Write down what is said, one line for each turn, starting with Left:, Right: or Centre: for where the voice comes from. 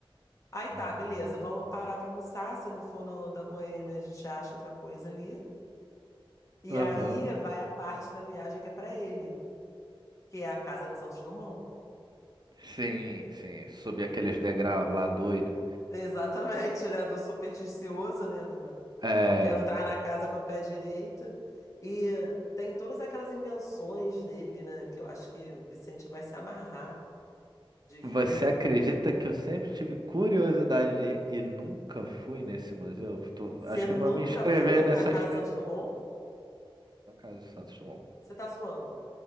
Left: Aí
Right: Ah,
Left: tá, beleza, vamos parar pra almoçar. Se não for no da Boêmia, a gente acha outra coisa ali. E
Right: Aham.
Left: aí vai a parte da viagem que é pra ele, que é a casa de Santos Dumont.
Right: Sim, sim. Subir aqueles degraus lá doido.
Left: Exatamente, né? Do supersticioso, né? Do
Right: É.
Left: entrar na casa com a pé direito. E tem todas aquelas invenções dele, né? Que eu acho que o Vicente vai se amarrar de ver.
Right: Você
Left: o-
Right: acredita que eu sempre tive curiosidade de ir e nunca fui nesse museu? Tô-
Left: Você
Right: acho
Left: nunca
Right: que vou me inscrever
Left: foi
Right: nessa
Left: na casa
Right: expedição
Left: Santos Dumont?
Right: na Casa do Santos Dumont.
Left: Você tá zoando.